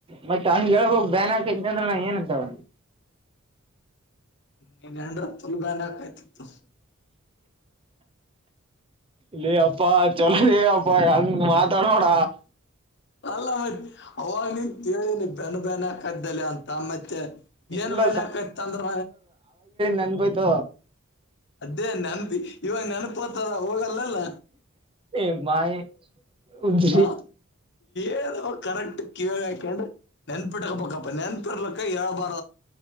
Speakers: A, on the right (about 25°); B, on the left (about 55°).
A: ನಡಿ ತಂಗ್ಗೆ ಹೇಳಳ್ಬ ಬ್ಯಾನ್ಕ್ದ ಅಂದ್ರೆ ನಾ ಏನ್ಂತಾಳ
B: ಹೂ ನ್ ಹೆಂಡ್ರತ್ತಲ್ ಬ್ಯಾಂಡ ಹಾಕಾಯ್ತಿತ್ತು
A: ಲೆ ಅಪ್ಪಾ ಚಲೋ ಅಪ್ಪಾಹಾಂಗ್ ಮಾತಾಡ್ಬೋಡ
B: ಅಲ್ಲ ಮತ್ತ್ ಅವಾಗ ನೀನ್ ಕೇಳಿನಿ ಬೆನ್ನ ಬೆನಕ ಇದ್ದಲೆ ಅಂತ ಮತ್ತೆ ಏನ್
A: ಇಲ್ಲ
B: ಬನ್ಕೈತ್ ಅಂದ್ರ
A: ನನ್ಪೋಯ್ತ
B: ಅದೇ ನೆನ್ಂತಿ ಇವಾಗ ನೆನಪತಾರ ಹೋಗಲ್ಲಲ್ಲ
A: ಏ ಮಾಯಿ ಉಜ್ರಿ
B: ಹ ಏನು ಕರೆಕ್ಟ್ ಕಿವಿ ಹಾಕೊಂಡು ನೆನ್ಪಿಟ್ಟಕ್ ಬಬೇಕಪ್ಪ ನೆನ್ಪಿರ್ಲಕ್ಕ ಹೇಳಬಾರ